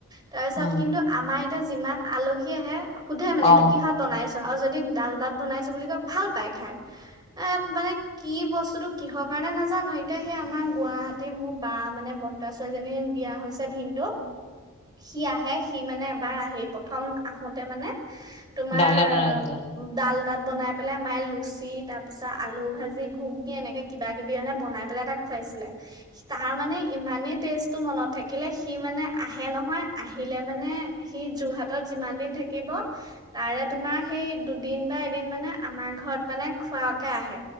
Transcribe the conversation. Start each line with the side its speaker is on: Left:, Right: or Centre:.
Right: তাৰ পিছত
Left: উম
Right: কিন্তু আমাৰ এতিয়া যিমান আলহী আহে সোধে মানে
Left: অ
Right: এইটো কিহত বনাইছে আৰু যদি ডাল ভাত বনাইছো বুলি কয় ভাল পাই খাই এ মানে কি বস্তুতটো কিহৰ কাৰণে নাজানো এতিয়া সেই আমাৰ গুৱাহাটীৰ মোৰ বা মানে বত্তাছোৱালীজনীৰ বিয়া হৈছে ভিনন্দু সি আহে সি মানে এবাৰ আহি প্ৰথম আহোতে মানে তোমাৰ
Left: ডালদা বনাইছিলে
Right: ডাল তাত বনাই পেলাই মাই লুচি তাৰ পিছত আলু ভাজি ঘক দি এনেকে কিবা কিবি এনে বনাই পেলাই তাক খুৱাইছিলে তাৰ মানে ইমানেই টেষ্টটো মনত থাকিলে সি মানে আহে নহয় আহিলে মানে সি যোৰহাটত যিমান দিন থাকিব তাৰে তোমাৰ সেই দুদিন বা এদিন মানে আমাৰ ঘৰত মানে খোৱাকে আহে